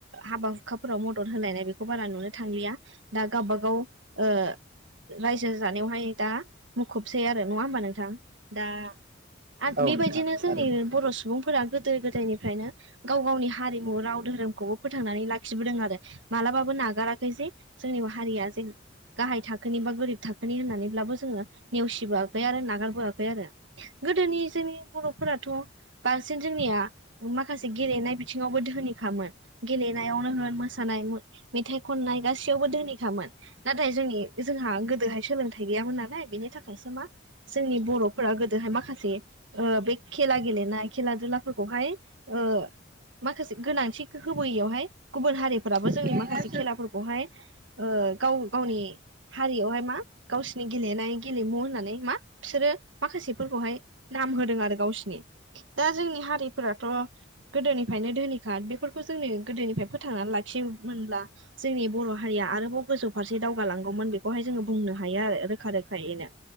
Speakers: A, on the right; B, on the right.
A: हाबा हुखाफोराव मदद होलायनाय बेखौ बारा नुनो थांलिया। दा गाबा गाव ओ रायजो जानायावहाय दा मुखुबसै आरो नङा होमबा नोंथां? दा आर
B: औ
A: बेबायदिनो
B: नोंथां
A: जोंनि
B: थारैनो औ
A: बर' सुबुंफोरा गो दो गोदायनिफ्रायनो गाव गावनि हारिमु राव धोरोमखौबो फोथांनानै लाखिबोदों आरो मालाबाबो ना नागाराखै जे जोंनि हारिया जे गाहाय थाखोनि बा गोरिब थाखोनि होननानैब्लाबो जोङो नेवसिबोआखै आरो नागारबोआखै आरो गोदोनि जोंनि बर'फोराथ' बांसिन जोंनि या माखासे गेलेनाय बिथिङावबो धोनिखामोन। गेलेनायावनो होन मोसानाय मेथाइ थाइ खननाय गासैयावबो दोहोनिखामोन। नाथाय जोंनि जोंहा गोदोहाय सोलोंथाइ गैयामोन नालाय बेनि था खायसो मा जोंनि बर'फोरा गोदोहाय माखासे बे ओ खेला गेलेनाय खेला दुलाफोरखौ हाय ओ माखासे गोनांथि होयैयावहाय गुबुन हारिफोराबो जोंनि
B: नोंथां
A: मा खासे खेलाफोरखौहाय ओ गाव गावनि हारियावहाय मा गावसिनि गेलेनाय गेलेमु होननानै मा बिसोरो माखासेफोरखौहाय नाम होदों आरो गावसिनि। दा जोंनि हारिफोराथ' गोदोनिफ्रायनो धोनिखा बेफोरखौ जोंनि गोदोनिफ्राय फोथांनानै लाखिनो मोनला जोंनि बर' हारिया आरोबाव गोजौ फारसे दावगालांगौमोन बेखौहाय जोङो बुंनो हायो आरो रोखा रोखा खायैनो